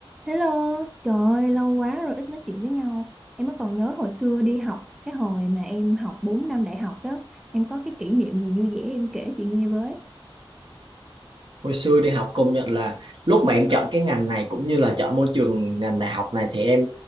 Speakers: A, in the centre; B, on the right.
A: Hello, trời ơi, lâu quá rồi ít nói chuyện với nhau. Em mới còn nhớ hồi xưa đi học, cái hồi mà em học 4 năm đại học đó, em có cái kỷ niệm gì vui vẻ em kể chị nghe với.
B: hồi xưa đi học công nhận là lúc mà em chọn cái ngành này cũng như là chọn môi trường ngành đại học này thì em